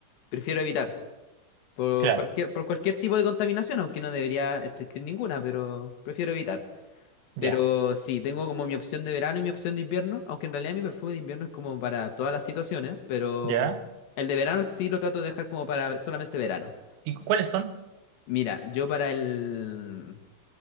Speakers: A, on the left (about 65°); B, on the right (about 90°).
A: prefiero evitar. Por
B: Claro,
A: cualquier, por cualquier tipo de contaminación, aunque no debería existir ninguna, pero prefiero evitar. Pero
B: ya,
A: sí, tengo como mi opción de verano y mi opción de invierno, aunque en realidad mi perfume de invierno es como para todas las situaciones, pero
B: ya.
A: el de verano sí lo trato de dejar como para solamente verano.
B: ¿Y cu- cuáles son?
A: Mira, yo para el,